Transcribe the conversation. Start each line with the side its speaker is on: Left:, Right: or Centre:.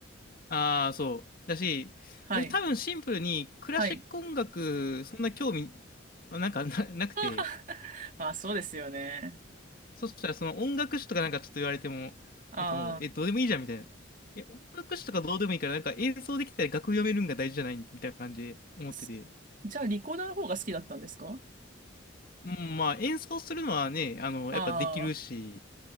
Left: ああ、そう。だし、
Right: はい。
Left: 僕多分シンプルにクラシック音楽、
Right: はい。
Left: そんな興味、まあなんかな、なくて、
Right: <laughs> あ、そうですよね。
Left: そしたらその音楽史とかなんかちょっと言われても、
Right: あ
Left: なんかもう、え、どうでもいいじゃんみたいな。え、音楽史とかどうでもいいから、なんか演奏できたら楽譜読めるんが大事じゃないみたいな感じで思ってて。
Right: あ、すじゃあリコーダーの方が好きだったんですか
Left: うん、まあ演奏するのはね、あの、
Right: あ
Left: やっぱできるし、